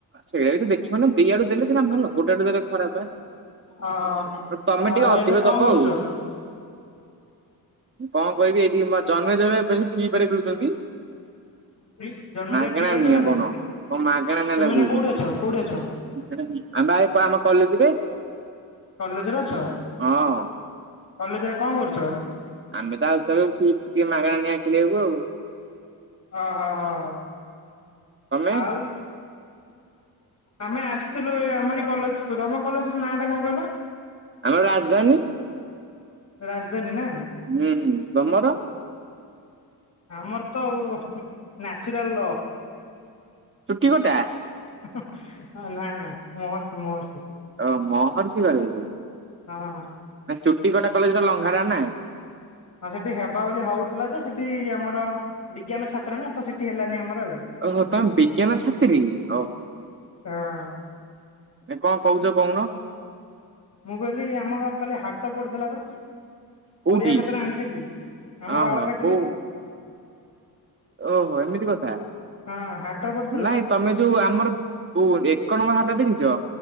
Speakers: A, on the right; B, on the left.
A: ସେଇଟା ବି ତ ଦେଖିବନା ଦିଆଡୁ ଦେଲେ ଶିନା ଭଲ। ଗୋଟେ ଆଡୁ ଦେଲେ ଖରାପ
B: ଓହୋ
A: ତମେ
B: ଆଉ
A: ଟିକେ ଅଧିକ
B: ଏବେ କଣ
A: ଦବ
B: କରୁଛ?
A: ଆଉ। କଣ କହିବି ଏଇଠି ଜନ୍ମେ ଜ ବସି ଫିଫାର୍ ଖେଳୁଛନ୍ତି।
B: ଫ୍ରି ଜନ୍ମଜୟ
A: ମାଗଣା
B: ଫ୍ରି ଫାୟାର
A: ନିଆଁ
B: ଖେଳୁଛନ୍ତି
A: କଣ କଣ ମାଗଣା ନା
B: ତମେ ଏଇନା
A: କହୁଛନ୍ତି।
B: କୋଉଠି ଅଛ କୋଉଠି ଅଛ
A: ଆମେ ପା ଏଇ ଆମ କଲେଜ୍ ରେ।
B: କଲେଜ୍ ରେ ଅଛ
A: ହଁ
B: କଲେଜ୍ ରେ କଣ କରୁଛ?
A: ଆମେ ତ ଆଉଛୁ <unintelligible> ମାଗଣା ନିଆ ଖେଳିବାକୁ ଆଉ।
B: ଓହୋ ହ ହ ହ
A: ତମେ?
B: ଆଉ ଆମେ ଆସୁ ଥିଲୁ ଏଇ ଆମରି କଲେଜ୍ କୁ ତମ କଲେଜ୍ ର ନାଁଟା କଣ କହିଲ?
A: ଆମର ରାଜଧାନୀ।
B: ରାଜଧାନୀ ନା?
A: ହୁଁ ତମର?
B: ଆମର ତ ଆଉ ନ୍ୟାଚୁରାଲ।
A: ଚୁଟି କଟା।
B: <inaudible> ହଁ ନା ନା ମୋହର୍ଷି ମୋହର୍ଷି
A: ଓ ମହର୍ଷି କଲେଜ
B: ହଅ।
A: ନା ଚୁଟି କଟା କଲେଜ୍ ଟା ଲଘା ଟା ନାଁ?
B: ହଁ ସେଠି ହେବା ବୋଲି ହଉଥିଲା ଯେ ସେଠି ଆମର ବିଜ୍ଞାନ ଛାତ୍ର ନା ତ ସେଠି ହେଲାନି ଆମର ଆଉ।
A: ଓହୋ ତମେ ବିଜ୍ଞାନ ଛାତ୍ରୀ ଓହୋ?
B: ହଅ।
A: ଏ କଣ କହୁଛ କହୁନ?
B: ମୁଁ କହିଲି ଆମର କାଲି ହାଟ ପଡୁଥିଲା ପା।
A: କୋଉଠି?
B: ପରିବା ପତ୍ର ଆଣିଥିଲି ଆମ
A: ଓହୋ
B: ବାଳକାଟିରେ
A: କୋଉ ଓହୋ ଏମିତି କଥା?
B: ହଁ ହାଟ ପଢ଼ି
A: ନାଇଁ ତମେ ଯୋଉ ଆମର ପୁ ଏକ ନମ୍ବର ହାଟ ଦେଖିଛ?